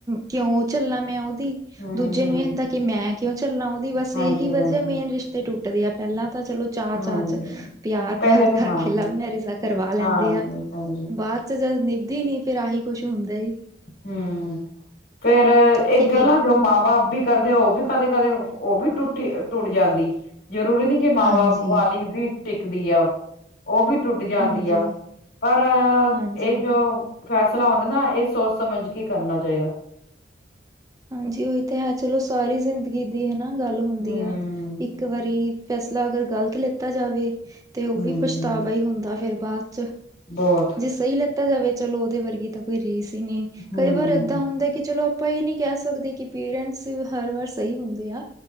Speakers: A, on the right (about 20°); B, on the left (about 55°).
A: ਕਿਉਂ ਝੱਲਾ ਮੈਂ ਉਹਦੀ
B: ਹਮ
A: ਦੂਜੇ
B: ਹਮ
A: ਨੂੰ ਇਹ ਹੁੰਦਾ ਕਿ ਮੈਂ ਕਿਉਂ ਝੱਲਾ ਉਹਦੀ ਬੱਸ
B: ਹਾਂਜੀ
A: ਇਹੀ ਵਜਾ
B: ਹਾਂਜੀ
A: ਮੇਨ ਰਿਸ਼ ਤੇ ਟੁੱਟਦੇ ਆ ਪਹਿਲਾਂ ਤਾਂ ਚਲੋ ਚਾਹ,
B: ਹਾਂਜੀ
A: ਚਾਹ 'ਚ' ਪਿਆਰ-ਪਿਆਰ
B: ਪਹਿਲੇ ਤਾਂ
A: ਕਰਕੇ
B: ਹਾਂਜੀ
A: ਲਵ ਮੈਰਿਜ਼ਾਂ ਕਰਵਾ ਲੈਂਦੇ
B: ਹਾਂਜੀ
A: ਆ।
B: ਹਾਂਜੀ।
A: ਬਾਅਦ 'ਚ' ਜਦ ਨਿਭਦੀ ਨਹੀਂ ਫ਼ਿਰ ਆਹੀ ਕੁਛ ਹੁੰਦਾ ਜੀ‌।
B: ਹਮ, ਫ਼ੇਰ ਇਹ
A: ਤੇ ਫੇਰ
B: ਗੱਲਾਂ ਜੋ ਮਾਂ ਬਾਪ ਵੀ ਕਰਦੇ ਉਹ ਕਦੇ-ਕਦੇ ਉਹ ਵੀ ਟੁੱਟੀ ਟੁੱਟ ਜਾਂਦੀ ਜ਼ਰੂਰੀ ਨੀ ਮਾਂ-ਬਾਪ
A: ਹਾਂਜੀ
B: ਵਾਲੀ ਵੀ ਟਿਕਦੀ ਆ ਉਹ ਵੀ ਟੁੱਟ ਜਾਂਦੀ
A: ਹਾਂਜੀ
B: ਆ, ਪਰ
A: ਹਾਂਜੀ
B: ਇਹ ਜੋ ਫ਼ੈਸਲਾ ਹੁੰਦਾ ਨਾ ਇਹ ਸੋਚ ਸਮਝ ਕੇ ਕਰਨਾ ਚਾਹੀਦਾ।
A: ਹਾਂਜੀ, ਉਹੀ ਤਾਂ ਹੈ ਚਲੋ ਸਾਰੀ ਜ਼ਿੰਦਗੀ ਦੀ ਹਨਾ ਗੱਲ ਹੁੰਦੀ
B: ਹਮ
A: ਆ ਇੱਕ ਵਾਰੀ ਫ਼ੈਸਲਾ ਅਗਰ ਗ਼ਲਤ ਲੇਤਾ ਜਾਵੇ ਤੇ ਉਹ
B: ਹਮ
A: ਵੀ ਪਛਤਾਵਾ ਈ ਹੁੰਦਾ ਫ਼ੇਰ ਬਾਅਦ 'ਚ'
B: ਬਹੁਤ
A: ਸਹੀ ਲੈਤਾ ਜਾਵੇ ਚਲੋ ਉਹਦੇ ਵਰਗੀ ਤਾਂ ਕੋਈ ਰੀਸ ਈ ਨੀ ਕਈ
B: ਹਮ
A: ਵਾਰ ਏਦਾਂ ਹੁੰਦਾ ਕਿ ਚਲੋ ਆਪਾਂ ਇਹ ਨੀ ਕਹਿ ਸਕਦੇ ਕਿ ਪੇਰੈਂਟਸ ਹਰ ਵਾਰ ਸਹੀ ਹੁੰਦੇ ਆ,